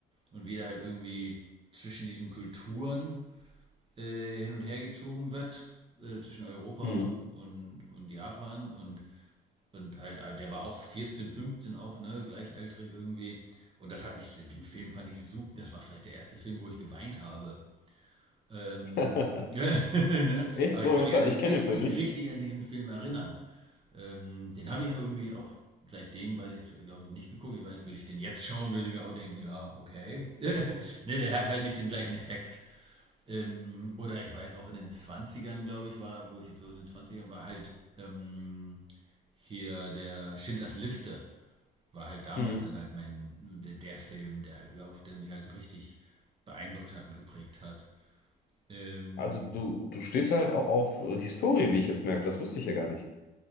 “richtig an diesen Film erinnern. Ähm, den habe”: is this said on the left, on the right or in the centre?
Right